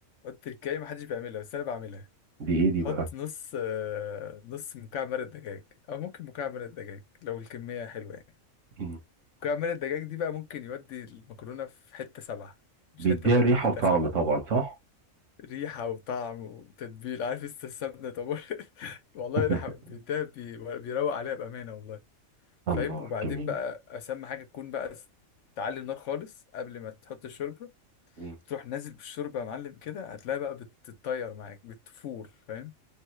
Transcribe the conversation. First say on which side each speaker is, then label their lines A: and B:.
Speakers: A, on the left; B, on the right.
A: التركاية محدش بيعملها بس انا بعملها
B: دي ايه دي
A: بحط
B: بقى
A: نص آه، نص مكعب مرق دجاج او ممكن مكعب مرق دجاج لو الكمية حلوة يعني
B: مم.
A: مكعب مرق الدجاج دي بقى ممكن يودي المكرونة في حتة سبعة مش
B: بيديها
A: حتة تانية
B: ريحة
A: حتة
B: وطعم
A: سبعة
B: طبعا صح
A: ريحة وطعم وتتبيل عارف انت السمنة طب <laughs> والله
B: <laughs>
A: ريحة ده بي- بيروق عليها بأمانة والله
B: الله
A: فاهم وبعدين
B: جميل
A: بقى أسمى حاجة تكون بقى س- تعلي النار خالص قبل ما تحط الشوربة
B: مم.
A: تروح نازل بالشوربة يا معلم كده هتلاقي بقى بتتطير معاك بتفور فاهم